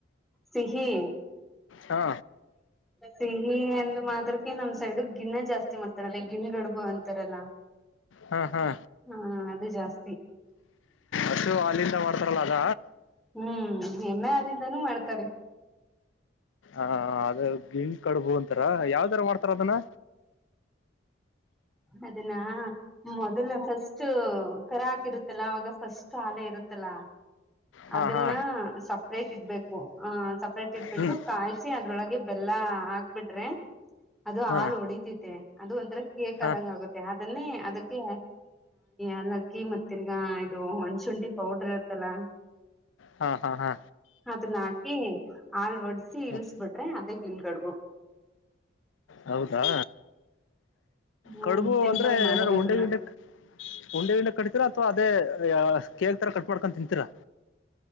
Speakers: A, in the centre; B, on the left.
A: ಸಿಹಿ
B: ಹಾ
A: ಸಿಹಿ ಈ ಎಂದ್ ಮಾತ್ರಕ್ಕೆ ನಮ್ ಸೈಡ್ ಗಿಣ ಜಾಸ್ತಿ ಮಾಡ್ತಾರ ಅದೇ ಗಿಣ್ ಗಡ್ಬು ಅಂತಾರಲ್ಲ
B: ಹಾ ಹಾ
A: ಹಾ ಅದು ಜಾಸ್ತಿ
B: ಅಷ್ಟು ಅಲಂತ ಮಾಡ್ತಾರಲ್ಲಗ
A: ಹ್ಮ್ ಹೆಮ್ಮೆ ಅಲಿಂದನೂ ಮಾಡ್ತಾರೆ
B: ಹಾ ಅದ ಗಿಣ್ ಕಡುಬು ಅಂತಾರ ಯಾವ್ದರ ಮಾಡ್ತಾರ ಅದನ್ನ
A: ಅದನ್ನ ಮೊದಲು ಫಸ್ಟ್ ಕರ ಆಗಿರುತ್ತಲ್ಲ ಅವಾಗ ಫಸ್ಟ್ ಶಾಲೆ ಇರುತ್ತಲಾ
B: ಹಾ
A: ಅದನ್ನ
B: ಹಾ
A: ಸಪ್ರೇಟ್ ಇಡ್ಬೇಕು ಆ ಸಪ್ರೇಟ್ ಇಟ್ಬಿಟ್ಟು
B: ಹ್ಮ್
A: ಕಾಯಿಸಿ ಅದ್ರೊಳಗೆ ಬೆಲ್ಲ ಹಾಕ್ಬಿಟ್ರೆ ಅದು ಹಾಲ್
B: ಹಾ
A: ಹೊಡಿತತೆ ಅದು ಒಂಥರ ಕೇಕ್ದಂಗ
B: ಹಾ
A: ಆಗುತ್ತೆ ಅದನ್ನೇ ಅದಕ್ಕೆ ಅಲಕ್ಕಿ ಮತ್ತಿರ್ಗಾ ಇದು ಒಣ್ಸು ಡಿ ಪೌಡರ್ ಇರುತ್ತಲ್ಲಾ
B: ಹಾ ಹಾ ಹಾ
A: ಅದನ್ನಾಕಿ ಹಾಲ್ ಒಡ್ಸಿ
B: ಹ್ಮ್.
A: ಇಳ್ಸ್ ಬಿಟ್ರೆ ಅದೇಗ್ ಇಳ್ಗಡ್ಬು
B: ಹೌದಾ
A: ಹ್ಮ್
B: ಕಡುಬು
A: ಸಿಂಪಲ್
B: ಅಂದ್ರೆ
A: ಮಾಡದ್
B: ಏನಾದಾರರು
A: ಅದನ್ನ
B: ಉಂಡೆ ಗಿಂಡೆ ಉಂಡೆ ಗಿಂಡೆ ಕಟ್ತೀರಾ ಅಥವಾ ಅದೇ ಕೇಗ್ ತರ ಕಟ್ ಮಾಡಾಡ್ಕೊಂಡ ತಿಂತೀರಾ